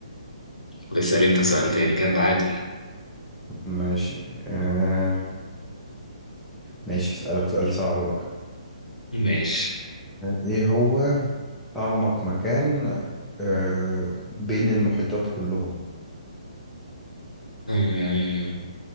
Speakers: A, on the left; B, in the centre.
A: بس اسأل انت سؤال تاني كده عادل
B: ماشي آه ماشي هسألك سؤال صعب بقى
A: ماشي
B: ايه هو أعمق مكان آه بين المحيطات كلهم
A: آه،